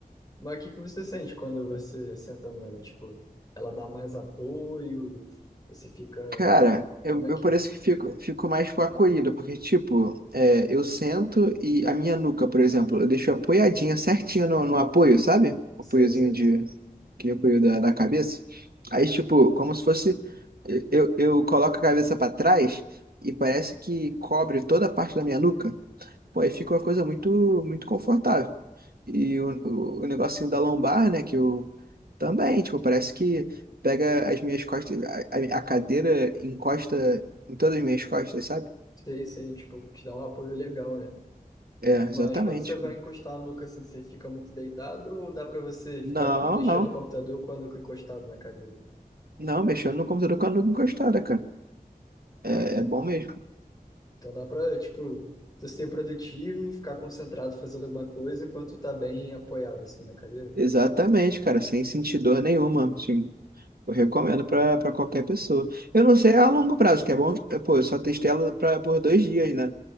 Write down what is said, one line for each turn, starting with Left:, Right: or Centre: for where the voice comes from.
Left: Mas o que que você sente quando você senta nela? Tipo, ela dá mais apoio? Você fica.
Right: Cara, eu,
Left: Como é
Right: eu
Left: que
Right: parece
Left: é?
Right: que fico, fico mais tipo, acolhido, porque, tipo, é, eu sento e a minha nuca, por exemplo, eu deixo apoiadinha certinha no, no apoio, sabe?
Left: Sei,
Right: Apoiozinho
Left: sei.
Right: de. Aquele apoio da, da cabeça. Aí, tipo, como se fosse. Eu, eu coloco a cabeça pra trás e parece que cobre toda a parte da minha nuca. Pô, aí fica uma coisa muito, muito confortável. E o, o, o negocinho da lombar, né, que eu também, tipo, parece que pega as minhas costas, a, a a cadeira encosta em todas as minhas costas, sabe?
Left: Sei, sei, tipo, te dá um apoio legal, né?
Right: É,
Left: Mas
Right: exatamente.
Left: quando você vai
Right: cara.
Left: encostar a nuca assim, você fica muito deitado ou dá pra você ficar
Right: Não,
Left: mexendo
Right: não,
Left: no computador com a nuca encostada na cadeira?
Right: não, mexendo no computador com a nuca encostada, cara. É,
Left: Ah, então.
Right: é bom mesmo.
Left: Então dá pra, tipo, tu ser produtivo, ficar concentrado fazendo alguma coisa enquanto tu tá bem apoiado, assim, na cadeira.
Right: Exatamente, cara, sem sentir dor nenhuma, assim. Eu recomendo pra pra qualquer pessoa. Eu não sei a longo prazo, que é bom. eh, Pô, eu só testei ela pra, por dois dias, né?